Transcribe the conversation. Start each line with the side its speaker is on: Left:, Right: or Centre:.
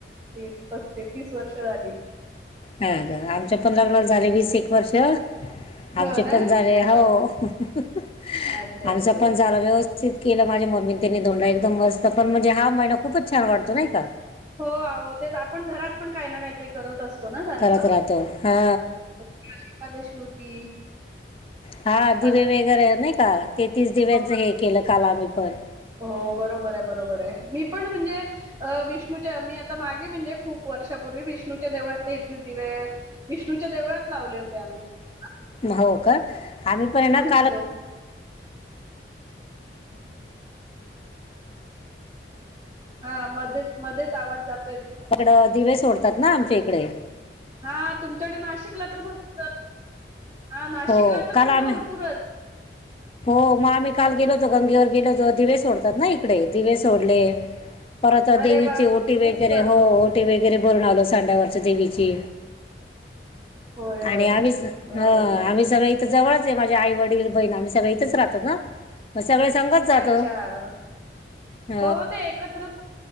Right: तीस पस्तीस तीस वर्ष झाली
Left: ह आमच्या पण लग्नाला झाले वीस एक वर्ष आमचे
Right: हो ना
Left: पण झाले
Right: हा,
Left: हो
Right: हा.
Left: आमचा
Right: अच्छा अच्छा
Left: पण झाला व्यवस्थित केलं माझ्या मम्मीनी धोंडा एकदम मस्त पण म्हणजे हा महिना खूपच छान वाटतो नाही का
Right: हो ते आपण घरात पण काय ना काहीतरी करत असत ना सारख
Left: करत राहतो हा
Right: एकादशी होती
Left: हा
Right: पालखी-
Left: दिवे वगैरे ना नाही का ते तीस दिव्यांचं
Right: हो
Left: हे केलं काल आम्ही पण
Right: हो बरोबर आहे बरोबर आहे मी पण म्हणजे विष्णू मी आता मागे म्हणजे खूप वर्षापूर्वी विष्णूच्या देवळात तेहतीस दिवे विष्णूच्या देवळात लावले होते आम्ही म्हणजे
Left: हो का आम्ही पण आहे ना
Right: ह
Left: काल
Right: हा मध्येच मध्येच आवाज जातो
Left: तिकडं दिवे सोडत असतात ना आमच्या इकडे
Right: हा तुमच्याकडे नाशिकला तर भर हा नाशिकला
Left: हो
Right: तर
Left: काल
Right: म्हटलं
Left: आम्ही
Right: भरपूरच
Left: हो मग आम्ही काल गेलो होतो गंगेवर गेलो होतो दिवे सोडतात ना इकडे दिवे सोडले परत
Right: अरे
Left: देवीची
Right: वा
Left: ओटी
Right: मस्तच
Left: वगैरे हो ओटी वगैरे वगैरे भरून आलो सांड्यावरच्या देवीची
Right: होय होय
Left: आणि आम्ही
Right: बरोबर
Left: ह
Right: आहे बरोबर
Left: आम्ही सगळ इथ जवळच ते माझे आई वडील बहीण सगळी इथच राहतात ना सगळे संगच जातो
Right: अच्छा, हो
Left: ह
Right: हो ते एकत्रच